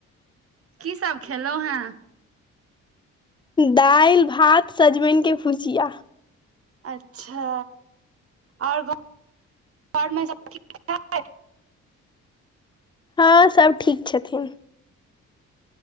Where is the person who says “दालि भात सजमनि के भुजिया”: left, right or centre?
Left